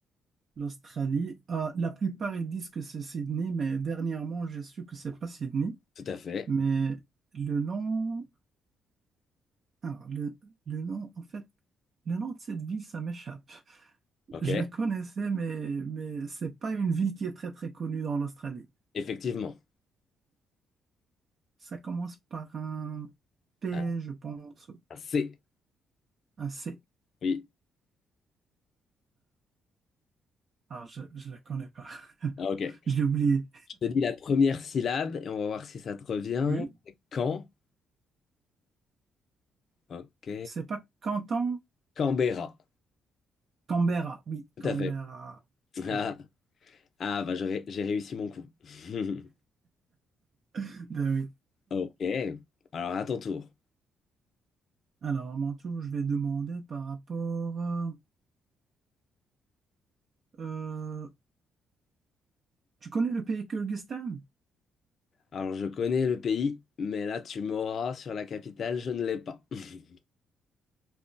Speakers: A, on the right; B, on the left.
A: L'Australie, euh, la plupart ils disent que c'est Sydney, mais dernièrement j'ai su que c'est pas Sydney.
B: Tout à fait.
A: Mais le nom, alors le, le nom, en fait, le nom de cette ville, ça m'échappe.
B: Ok,
A: Je la connaissais, mais mais c'est pas une ville qui est très très connue dans l'Australie.
B: effectivement.
A: Ça commence par un P,
B: Ah,
A: je pense,
B: c'est.
A: un C.
B: Oui.
A: Ah, je ne la connais pas. <laughs>
B: Ah, Ok.
A: Je l'ai oublié.
B: Je te dis la première syllabe et on va voir si ça te revient.
A: Oui.
B: Quand? Ok.
A: C'est pas Canton,
B: Canberra.
A: Canberra. Oui,
B: Tout
A: Canberra.
B: à fait. <laughs> Ah,
A: Oui.
B: ah, bah j'aurais- j'ai réussi mon coup. <laughs>
A: <laughs> Ben oui.
B: Ok. Alors à ton tour.
A: Alors, à mon tour, je vais demander par rapport. euh, euh, tu connais le pays Kyrgyzstan?
B: Alors je connais le pays, mais là tu m'auras sur la capitale, je ne l'ai pas. <laughs>